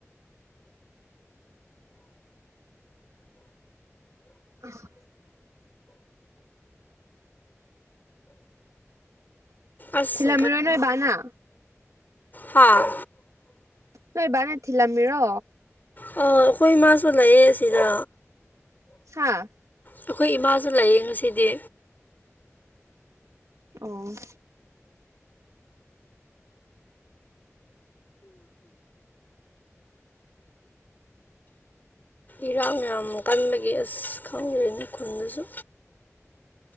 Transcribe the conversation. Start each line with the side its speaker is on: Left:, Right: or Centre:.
Right: ꯑꯁ
Left: ꯑꯁ
Right: ꯊꯤꯂꯝꯃꯤꯔꯣꯅꯣꯏ ꯕꯥꯅꯥ
Left: ꯍꯥꯥ
Right: ꯅꯣꯏꯕꯅ ꯊꯤꯔꯝꯃꯤꯔꯣ
Left: ꯑꯥ ꯑꯩꯈꯣꯏ ꯏꯃꯥꯁꯨ ꯂꯩꯌꯦ ꯁꯤꯗ
Right: ꯍꯥꯥ
Left: ꯑꯩꯈꯣꯏ ꯏꯃꯥꯁꯨ ꯂꯩꯌꯦꯡ ꯉꯁꯤꯗꯤ
Right: ꯑꯣ
Left: ꯏꯔꯥꯡ ꯌꯥꯝ ꯀꯟꯕꯒꯤ ꯑꯁ ꯈꯪꯗꯔꯦꯅꯦꯈꯨꯟꯗꯁꯨ